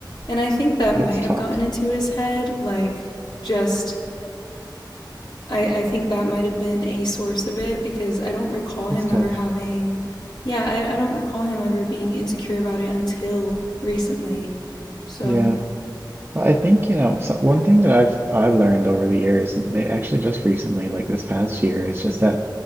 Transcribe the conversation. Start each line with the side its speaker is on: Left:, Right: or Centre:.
Left: and I think that
Right: That's
Left: might
Right: tough.
Left: have gotten into his head, like just I, I think that might have been a source of it because I don't recall
Right: That's
Left: him
Right: tough.
Left: ever having, yeah, I, I don't recall him ever being insecure about it until recently. So,
Right: Yeah. But I think, you know, so one thing that I've I've learned over the years, and may, actually just recently, like this past year, is just that